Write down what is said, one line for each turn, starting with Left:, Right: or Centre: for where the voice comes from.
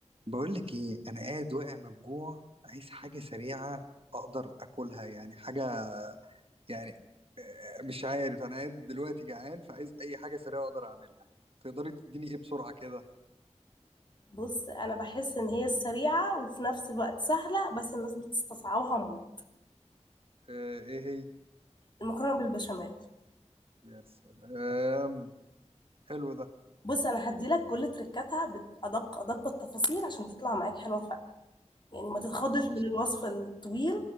Right: بقول لك ايه انا قاعد واقع من الجوع عايز حاجه سريعه اقدر اكلها يعني حاجه يعني آه، مش عارف انا قاعد دلوقتي جعان فعايز اي حاجه سريعه اقدر اعملها تقدري تديني ايه بسرعه كده
Left: بص انا بحس ان هي سريعه وفي نفس الوقت سهله بس الناس بتستصعبها موت
Right: آه، ايه هي
Left: المكرونه بالبشاميل
Right: يا سلام حلو ده
Left: بص انا هديلك كل تركاتها بادق ادق التفاصيل عشان تطلع معاك حلوه فعلا يعني ما تتخضش
Right: خلاص
Left: من الوصف الطويل